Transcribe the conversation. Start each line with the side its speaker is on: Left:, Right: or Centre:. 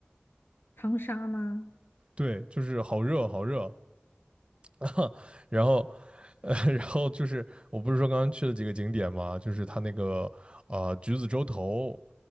Left: 长沙吗？
Right: <laughs> 对，就是好热好热。<laughs> 然后，呃，<laughs> 然后就是我不是说刚刚去了几个景点嘛，就是它那个啊、呃橘子洲头，